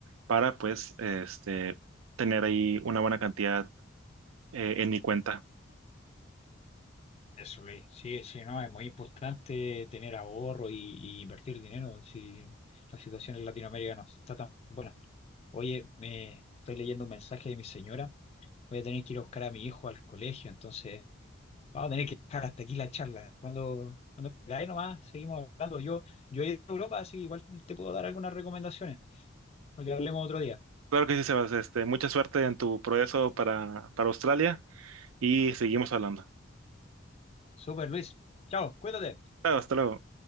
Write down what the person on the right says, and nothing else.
para pues este, tener ahí una buena cantidad eh, en mi cuenta.
Claro que sí, Sebas, este, mucha suerte en tu progreso para, para Australia y seguimos hablando.
Claro, hasta luego.